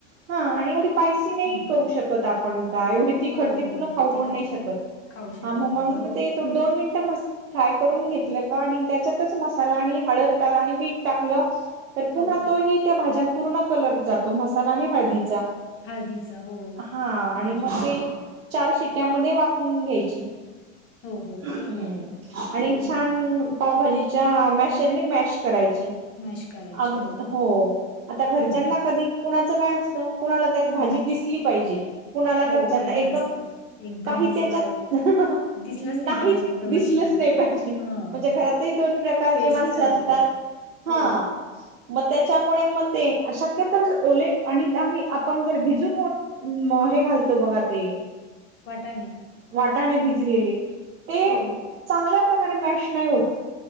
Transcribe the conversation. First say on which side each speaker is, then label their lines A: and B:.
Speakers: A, on the right (about 85°); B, on the left (about 30°).
A: हा आणि एवढी पायसी नाही
B: हं.
A: करू शकत आपण का एवढी तिखटते
B: हो,
A: मुलं
B: हो.
A: खाऊ
B: तिखट
A: पण नाही शकत.
B: खाऊ शकत
A: आ म्हणून
B: नाही. हो,
A: मग तेथ दोन मिनिटं मस्त फ्राय करून घेतलं का आणि त्याच्यातच मसाला आणि हळद आणि मीठ टाकलं. तर पुन्हा
B: हो.
A: तोही त्या भाज्यां पूर्ण कलर जातो मसाला आणि हळदीचा
B: हळदीचा हो.
A: हा आणि मग
B: रेड
A: ते
B: कलर.
A: चार शिट्यामध्ये वाकून घ्यायची.
B: हो, हो,
A: हम्म
B: हो, हो.
A: आणि
B: हं.
A: पावभाजीच्या मॅशरनी मॅश करायची.
B: मॅश करायची.
A: अग हो आता घरच्यांना
B: हं,
A: कधी कुणाच काय असतं कुणाला त्यात भाजी
B: हं.
A: दिसली पाहिजे कुणाला
B: हो
A: घरच्याना
B: काहींना
A: एकदम
B: असतं. एकदमच
A: काही त्याच्यात
B: अ दिसलंच
A: नाही
B: पाहिजे. एकदम
A: दिसलंच
B: अशी
A: नाही पाहिजे.
B: हं.
A: म्हणजे घरातही दोन प्रकारची
B: पेस्ट
A: माणस
B: सारखी.
A: असतात हा
B: हो.
A: मग त्या त्यामुळे म ते शक्यता ओले आणिही आपण जर भिजून म हे घालतो बघा ते
B: वाटाणे.
A: वाटाणे भिजलेले ते
B: हो, हो.
A: चांगल्या प्रकारे मिक्स नाही होत